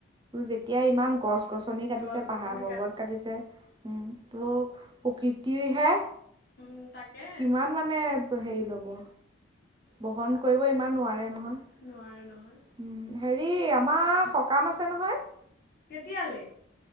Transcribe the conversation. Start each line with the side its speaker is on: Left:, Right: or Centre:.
Right: যেতিয়া ইমান গছ গছনি কাটিছে,
Left: গছ গছনি
Right: পাহাৰ পৰ্বত কাটিছে, উম'। ত প্ৰকৃতিহে
Left: উম, তাকে
Right: কিমান মানে হেৰি ল'ব। বহন কৰিব ইমান নোৱাৰে নহয় উম,
Left: নোৱাৰে নহয়
Right: হেৰি আমাৰ সকাম আছে নহয়
Left: কেতিয়ালৈ?